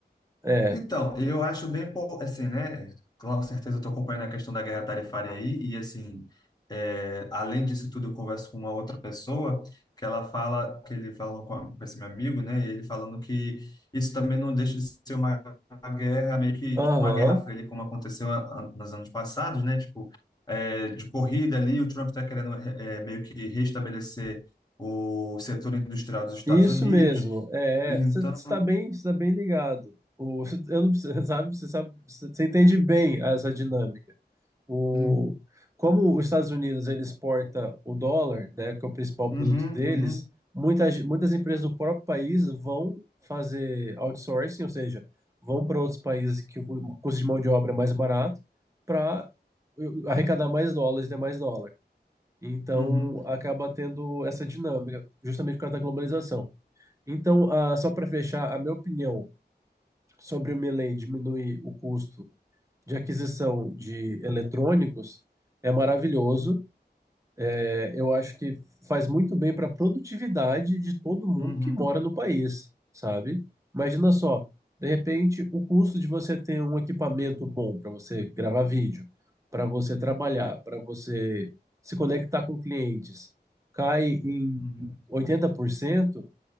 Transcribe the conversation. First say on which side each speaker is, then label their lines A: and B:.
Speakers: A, on the right; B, on the left.
A: É,
B: Então, eu acho bem, po- assim, né? Com certeza eu estou acompanhando a questão da guerra tarifária aí, e assim, é, além disso tudo, eu converso com uma outra pessoa que ela fala, que ele falou com, a- com esse meu amigo, né? E ele falando que isso também não deixa de ser uma, uma guerra, meio que
A: aham,
B: tipo uma guerra fria, ali, como aconteceu a- a- nos anos passados, né? Tipo, é, de corrida ali, o Trump está querendo é, meio que restabelecer o setor industrial dos Estados
A: isso
B: Unidos.
A: mesmo. É,
B: Então,
A: é. você está bem, você está bem ligado. O, eu não, você sabe, você sabe, você entende bem essa dinâmica. O,
B: en-
A: como os Estados Unidos ele exporta o dólar, né, que é o principal
B: Uhum,
A: produto deles,
B: uhum,
A: muitas, muitas empresas do próprio país vão fazer outsourcing, ou seja, vão para outros países que o custo de mão de obra é mais barato para arrecadar mais dólares e ter mais dólar. Então,
B: uhum,
A: acaba tendo essa dinâmica, justamente por causa da globalização. Então, ah, só para fechar, a minha opinião sobre o Melee diminuir o custo de aquisição de eletrônicos é maravilhoso. É, eu acho que faz muito bem para a produtividade de todo mundo
B: uhum,
A: que mora no país, sabe? Imagina só, de repente, o custo de você ter um equipamento bom para você gravar vídeo, para você trabalhar, para você se conectar com clientes, cai em
B: uhum.
A: 80%,